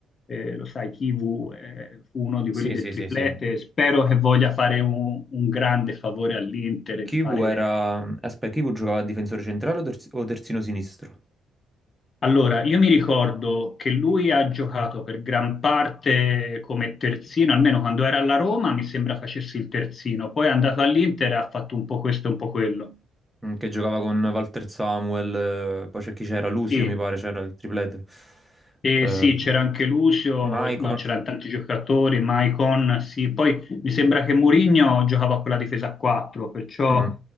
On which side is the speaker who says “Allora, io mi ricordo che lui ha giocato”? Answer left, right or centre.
Left